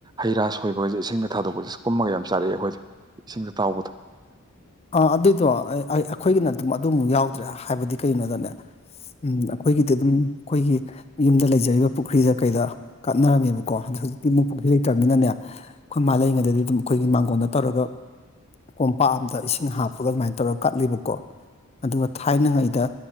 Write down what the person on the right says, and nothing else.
ꯍꯩꯔꯥ ꯁꯣꯏꯕꯒꯖꯦ ꯏꯁꯤꯡꯅ ꯊꯥꯗꯣꯛꯄꯁꯦ ꯀꯨꯝꯃꯒ ꯌꯥꯝ ꯆꯔꯛꯑꯦ ꯑꯩꯈꯣꯏꯗꯤ ꯏꯁꯤꯡꯗ ꯇꯥꯎꯕꯗꯣ